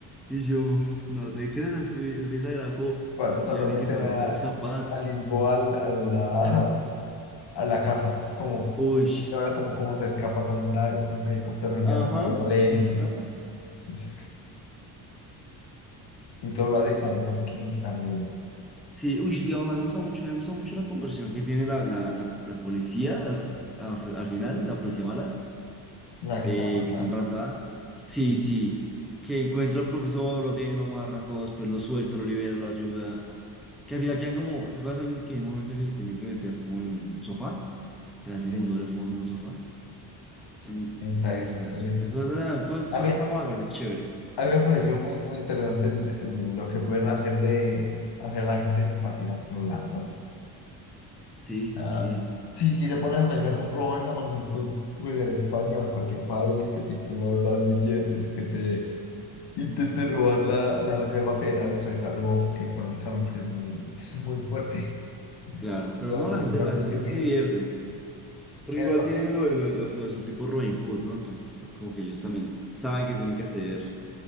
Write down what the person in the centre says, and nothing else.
Y yo, no te creas, es muy es muy exagerado como
confiar
en que se me
hace fuera a escapar.
Uy.
Ajá,
y se escapa.
S-
Sí, uy, digamos, a mí me gusta mucho, me gusta mucho la conversión que tiene la, la, la, la policía al, al- al final, la policía mala,
eh,
que está embarazada. Sí, sí, que encuentra al profesor, lo tiene, lo amarra a todos, pues lo suelta, lo libera, lo ayuda. Que al final quedan como, ¿te acuerdas en que hay un momento que se tiene que meter como en un sofá? Que le hace
como un doble fondo en un sofá. Sí,
eso,
eso.
Eso, eso, era- todo,
todo
está
mal, pero es chévere.
Sí,
sí,
claro. Pero
no, la
gente,
la gente
se divierten. Pero igual
tienen lo de, lo, de lo- lo de su tipo Robin Hood, ¿no? Entonces, eh, como que ellos también saben que tienen que hacer,